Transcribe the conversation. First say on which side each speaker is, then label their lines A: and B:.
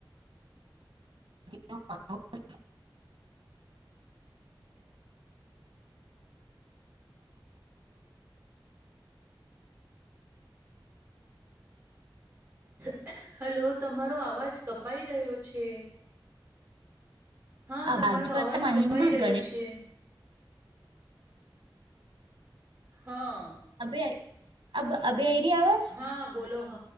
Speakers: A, on the right; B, on the right.
A: <unintelligible>
B: <inaudible> હલો તમારો આવાજ કપાઈ રહ્યો છે. હા
A: આ
B: તમારો
A: બાજપતા
B: અવાજ
A: મહિનમાં
B: કપાઈ રહ્યો
A: ગણેશ
B: છે. હં.
A: અભે અબ અભેરી આવાજ.
B: હા બોલો હ